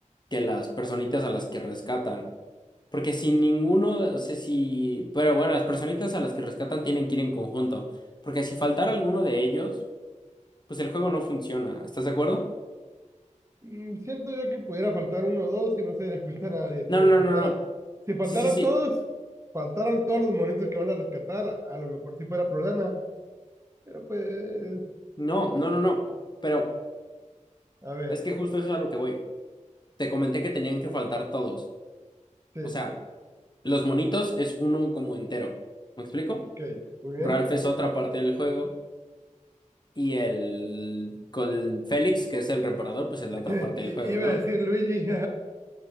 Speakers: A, on the left (about 35°); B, on the right (about 20°).
A: que las personitas a las que rescatan. Porque si ninguno, o sea, si, pero bueno, las personitas a las que rescatan tienen que ir en conjunto, porque si faltara alguno de ellos, pues el juego no funciona, ¿estás de acuerdo?
B: Mm, Siento yo que pudiera faltar uno o dos y no se daría cuenta a nadie, pero
A: No,
B: si
A: no,
B: faltara,
A: no, no, no.
B: si faltaran
A: sí, sí, sí,
B: todos, faltaran todos los monitos que van a rescatar, a lo mejor sí fuera problema, pero pues,
A: no, no, no, no, pero
B: a ver,
A: es que justo eso es a lo que voy. Te comenté que tenían que faltar todos,
B: sí,
A: o sea, los monitos es uno como entero, ¿me explico?
B: ok, muy bien.
A: Ralph es otra parte del juego y el, con el Félix, que es el reparador, pues es la
B: <laughs>
A: otra
B: I-
A: parte del juego,
B: iba
A: ¿no?
B: a decir Luigi. <laughs>